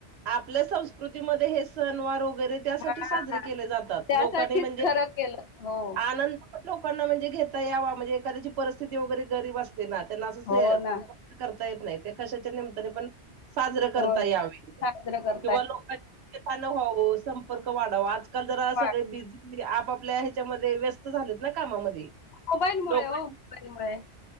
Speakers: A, on the right (about 65°); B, on the left (about 60°).
A: आपल्यां संस्कृतींमध्ये हे सणंवार वगैरें त्यांसाठी
B: हां
A: साजरे केले जातांत
B: त्यासाठीच
A: लोकांनी म्हणजे
B: खरं केलं. हो,
A: आनंद लोकांना म्हणजे घेतां यांवा म्हणजे एखाद्यांची परिस्थिती वगैरें गरीब असते नां त्यांनां असं
B: हो ना.
A: करतां येतं नाहीं ते कशाच्यां निमित्ताने पणं साजरं करतां
B: होय.
A: यांवे
B: साजरं करतां
A: किंवा लोकांथान व्हावं संपर्क वाढावं आजकांल जरां
B: वाट
A: सगळें बिझी आंप आपल्यां त्यांच्यामध्ये व्यस्तं व्यस्तं झालंत नां कामांमध्यें
B: मोबाईलमुळे
A: लोकं
B: हो मोबाईलमुळे.